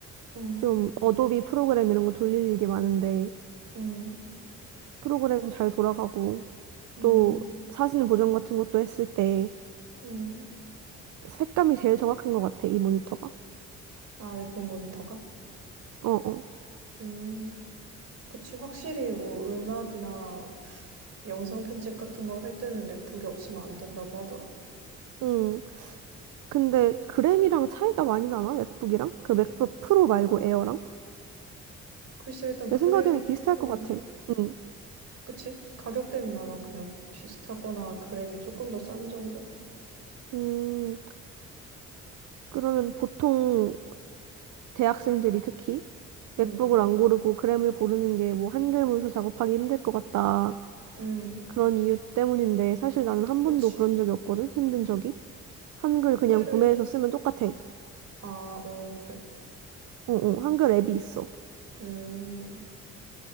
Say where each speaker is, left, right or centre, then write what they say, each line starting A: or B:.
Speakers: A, on the right; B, on the right.
A: 음,
B: 좀 어도비 프로그램 이런 거 돌릴 일이 많은데
A: 음.
B: 프로그램 잘 돌아가고
A: 음,
B: 또 사진 보정 같은 것도 했을 때
A: 음,
B: 색감이 제일 정확한 것 같아, 이 모니터가.
A: 아, 맥북 모니터가?
B: 어, 어.
A: 음, 그치. 확실히 뭐 음악이나 영상 편집 같은 거 할 때는 맥북이 없으면 안 된다고 하더라.
B: 응. 근데 그램이랑 차이가 많이 나나? 맥북이랑? 그 맥북 프로 말고 에어랑?
A: 글쎄, 일단
B: 내
A: 그램이
B: 생각에는 비슷할
A: 좀,
B: 것 같아. 응.
A: 그치? 가격대는 아마 그냥 비슷하거나 그램이 조금 더 싼 정도?
B: 음, 그러면 보통 대학생들이 특히 맥북을
A: 음,
B: 안 고르고 그램을 고르는 게 뭐 한글 문서 작업하기 힘들 것 같다.
A: 음,
B: 그런 이유 때문인데 사실 나는 한
A: 그치.
B: 번도 그런 적이 없거든, 힘든 적이. 한글
A: 한글,
B: 그냥 구매해서 쓰면 똑같아.
A: 아, 오, 그래.
B: 어, 어, 한글 앱이 있어.
A: 음,